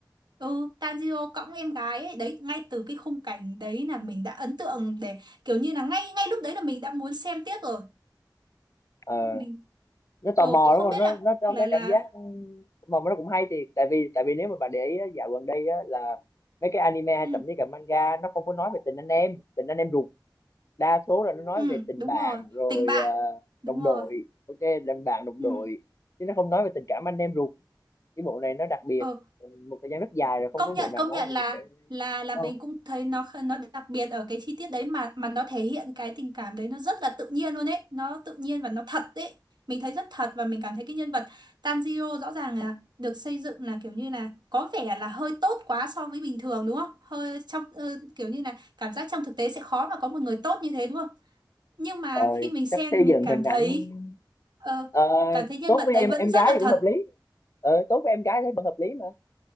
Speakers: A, on the right (about 70°); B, on the left (about 45°).
A: Ừ, Tanjiro cõng em gái ấy, đấy, ngay từ cái khung cảnh đấy là mình đã ấn tượng để kiểu như là ngay ngay lúc đấy là mình đã muốn xem tiếp rồi.
B: ờ
A: Mình
B: nó tò
A: ừ,
B: mò
A: không
B: đúng không
A: biết
B: nó
A: là
B: nó có
A: là
B: cái
A: là
B: cảm giác ừ, mà nó cũng hay thì tại vì tại vì nếu mà bạn để ý á, dạo gần đây á, là mấy cái anime hay
A: ừ,
B: thậm chí cả manga nó không có nói về tình anh em tình anh em ruột đa số là nó nói
A: ừ,
B: về tình
A: đúng
B: bạn
A: rồi,
B: rồi
A: tình bạn.
B: ờ,
A: Đúng
B: đồng
A: rồi.
B: đội ok tình bạn đồng
A: Ừ.
B: đội chứ nó không nói về tình cảm anh em ruột cái bộ này nó đặc biệt
A: ừ.
B: một thời gian rất dài rồi không
A: công
B: có
A: nhận
B: bộ nào
A: công
B: nói
A: nhận là
B: về tình cảm
A: là là
B: ờ,
A: mình cũng thấy nó kh- nó đặc biệt ở cái chi tiết đấy mà mà nó thể hiện cái tình cảm đấy nó rất là tự nhiên luôn ấy nó tự nhiên và nó thật đấy mình thấy rất thật và mình cảm thấy cái nhân vật Tanjiro rõ ràng là được xây dựng là kiểu như là có vẻ là hơi tốt quá so với bình thường đúng không hơi trong ờ, kiểu như là cảm giác trong thực tế sẽ khó mà có một người tốt như thế đúng không nhưng mà
B: ờ,
A: khi mình xem
B: chắc xây
A: thì mình
B: dựng
A: cảm
B: hình ảnh
A: thấy ờ,
B: Ờ,
A: cảm thấy nhân
B: tốt
A: vật
B: với
A: đấy
B: em
A: vẫn
B: em
A: rất
B: gái
A: là
B: thì
A: thật
B: cũng hợp lý Ờ, tốt với em gái thấy vẫn hợp lý mà